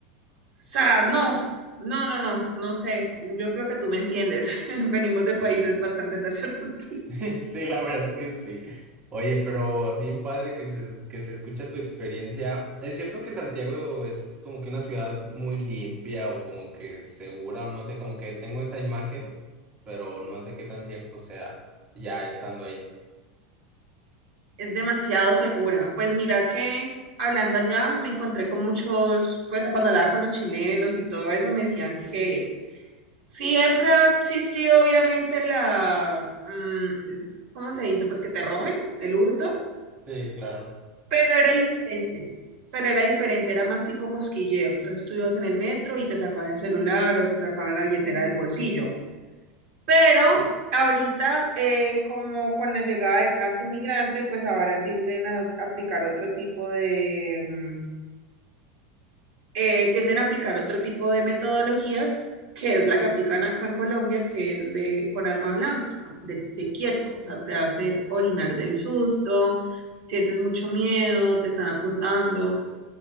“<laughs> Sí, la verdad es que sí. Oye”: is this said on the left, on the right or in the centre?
Right